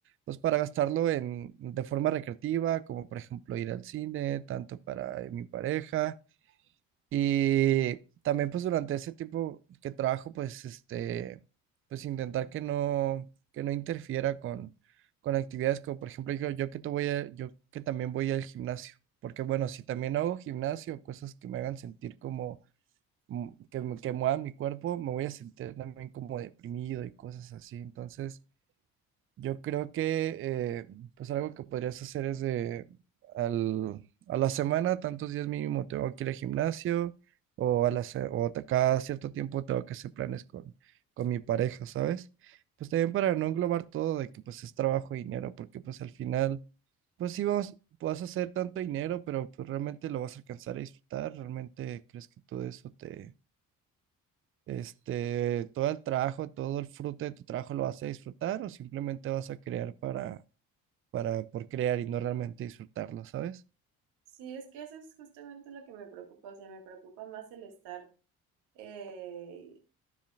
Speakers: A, on the right; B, on the right.
A: Pues para gastarlo en, de forma recreativa, como por ejemplo ir al cine, tanto para eh, mi pareja, Y también pues durante ese tiempo que trabajo, pues este, pues intentar que no, que no interfiera con, con actividades como por ejemplo yo, yo que te voy a- yo que también voy al gimnasio, porque bueno, si también hago gimnasio, cosas que me hagan sentir como mm, que, me- que muevan mi cuerpo, me voy a sentir también como deprimido y cosas así. Entonces, yo creo que eh, pues algo que podrías hacer es de al- a la semana, tantos días mínimo tengo que ir al gimnasio o, a la, se- o te- cada cierto tiempo tengo que hacer planes con, con mi pareja, ¿sabes? Pues también para no englobar todo de que pues es trabajo y dinero, porque pues al final, pues sí vas, vas a hacer tanto dinero, pero pues realmente lo vas a alcanzar a disfrutar, realmente crees que todo eso te... Este, todo el trabajo, todo el fruto de tu trabajo lo vas a disfrutar o simplemente vas a crear para, para por crear y no realmente disfrutarlo, ¿sabes?
B: Sí, es que eso es justamente lo que me preocupa, o sea, me preocupa más el estar. eh,